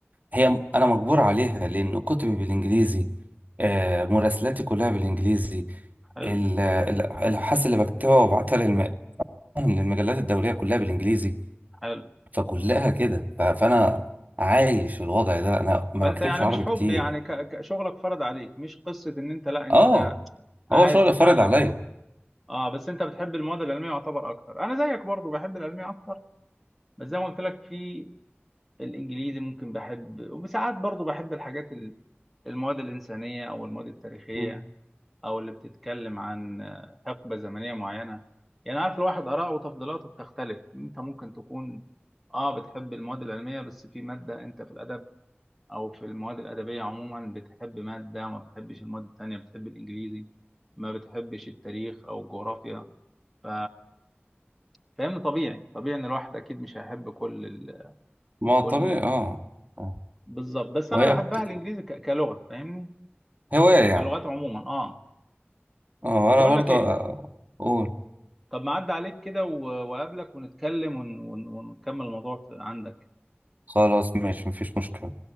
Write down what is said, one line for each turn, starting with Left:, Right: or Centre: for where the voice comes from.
Right: هي أنا مجبور عليها لأن كتبي بالإنجليزي آه مراسلاتي كلها بالإنجليزي
Centre: حلو
Right: ال- ال- الأبحاث اللي بكتبها وببعتها للم- للمجلات الدولية كلها بالإنجليزي
Centre: حلو
Right: فكلها كده ف- فأنا عايش الوضع ده أنا ما
Centre: فأنت
Right: بكتبش
Centre: يعني
Right: عربي
Centre: مش حب
Right: كتير
Centre: يعني ك- ك- شغلك فرض عليك مش قصة إن أنت لا أنت
Right: آه
Centre: عايز
Right: هو شغل
Centre: تتعلم
Right: فرض عليا
Centre: لغة اه بس انت بتحب المواد العلميه يعتبر اكتر انا زيك برضو بحب العلميه اكتر بس زي ما قلت لك في الانجليزي ممكن بحب وساعات برضو بحب الحاجات المواد الإنسانية أو المواد التاريخية
Right: مم.
Centre: أو اللي بتتكلم عن حقبة زمنية معينة يعني عارف الواحد آراءه وتفضيلاته بتختلف أنت ممكن تكون آه بتحب المواد العلمية بس في مادة أنت في الأدب أو في المواد الأدبية عموما بتحب مادة ما بتحبش المواد التانية بتحب الإنجليزي ما بتحبش التاريخ أو الجغرافيا ف... فاهمني طبيعي طبيعي إن الواحد أكيد مش هيحب كل ال...
Right: ما هو
Centre: كل
Right: طبيعي
Centre: ال...
Right: آه آه.
Centre: بالظبط بس
Right: وهي
Centre: أنا بحبها
Right: بت...
Centre: الإنجليزي ك... كلغة فاهمني
Right: هواية يعني
Centre: كلغات عموما آه
Right: آه
Centre: طب
Right: أنا
Centre: بقول
Right: برضه
Centre: لك إيه
Right: آه، أقول
Centre: طب ما عدى عليك كده و- وأقابلك ونتكلم ون... ون... ونكمل الموضوع عندك
Right: خلاص ماشي مفيش مشكلة